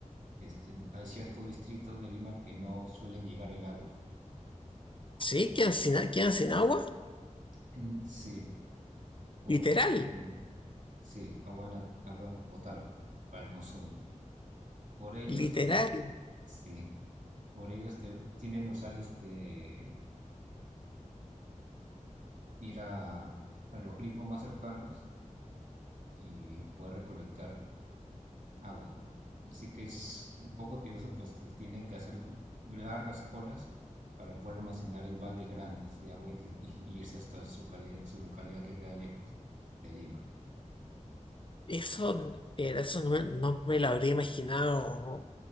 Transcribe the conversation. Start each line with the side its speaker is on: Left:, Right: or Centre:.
Right: este, hay ciertos distritos de Lima que no suelen llegar el agua.
Left: Sí, quedan sin, a- quedan sin agua,
Right: Mm, Sí, por,
Left: literal,
Right: mm, sí, agua, na- agua potable para el consumo. Por ellos,
Left: literal.
Right: este, sí, por ellos tienen usar este, ir a, a los grifos más cercanos y poder recolectar agua. Así que es un poco tedioso, pues tienen que hacer largas colas para poder almacenar en baldes grandes de agua y, y irse hasta su, cali- su localidad que queda lejos de Lima.
Left: Eso, era- eso no, me no me lo habría imaginado,